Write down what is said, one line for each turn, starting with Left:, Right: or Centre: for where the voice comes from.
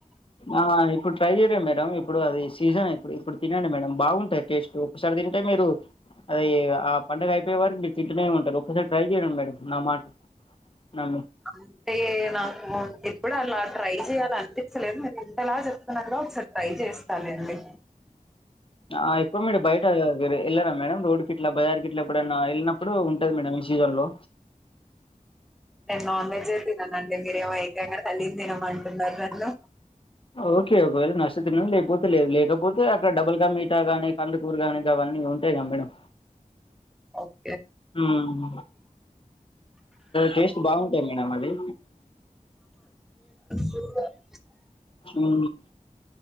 Left: ఆ ఇప్పుడు ట్రై చేయలే మేడంమ్ ఇప్పుడు అది సీజనే ఇప్పు ఇప్పుడు తినండి మేడం బావుం టేస్ట్ ఒకసారి తింటే మీరు అది ఆ పండగ అయిపోయే వారికు మీరు తింటనే ఉంటారు, ఒకసారి ట్రై చేయండి మేడం నా మాట నా
Centre: అంటే నాకు ఎప్పుడు అలా ట్రై చేయా లనిపించలేదు, మీరు ఇంతలా చెప్తున్నార్గా ఒకసారి ట్రై చేస్తాను లెండి
Left: ఆ ఎప్పుడు మీరు బయట వే వెళ్లరా మేడమ్ రోడ్డు కిట్లా బజార్ కిట్ల ఎప్పుడైనా వెళ్ళినప్పుడు ఉంటది మేడం ఈ సీజన్ లో
Centre: నేను నాన్ వెజ్జే తిననండి మీరేమో ఏకంగ హలీమ్ తినమంటున్నారు నన్ను
Left: ఓకే ఒకవేళ నచ్చితే తినండి, లేకపోతే లేదు, లేకపోతే అక్కడ డబుల్ కమీఠా గాని కందుకూరు గాని అవన్నీ ఉంటాయి గా మేడం
Centre: అ
Left: ఉమ్ టేస్ట్ బాగుంటాయి మేడం అది
Centre: అ
Left: అ